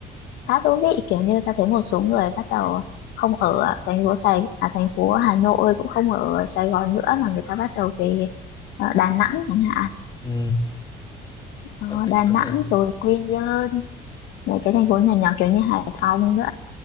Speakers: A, on the left (about 80°); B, on the left (about 25°).
A: khá thú vị kiểu như tao thấy một số người bắt đầu không ở thành phố Sài à, thành phố Hà Nội cũng không ở Sài Gòn nữa mà người ta bắt đầu về ờ, Đà Nẵng chẳng hạn
B: Ừ,
A: Đó,
B: các thầy
A: Đà Nẵng
B: có thể
A: rồi Quy Nhơn mấy cái thành phố nhỏ nhỏ kiểu như Hải Phòng nữa